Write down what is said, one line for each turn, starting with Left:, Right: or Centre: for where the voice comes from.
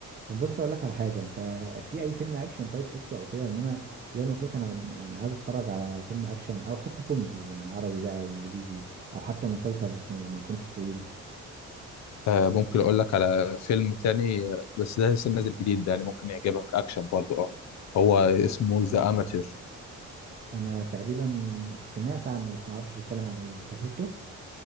Right: طب بص أقول لك على حاجة أنت في أي فيلم أكشن طيب شفته أو كده إن أنا زي ما قلت لك أنا يعني عايز أتفرج على فيلم أكشن أو حتى كوميدي يعني عربي بقى أو إنجليزي أو حتى مسلسل بس ما يكونش طويل
Left: آه، ممكن اقول لك على فيلم تاني آه، بس ده لسه نازل جديد ده يعني ممكن يعجبك اكشن برضه اه هو اسمه ذا اماتير
Right: انا تقريبا سمعت عنه بس ما اعرفش بيتكلم عن ايه انت شفته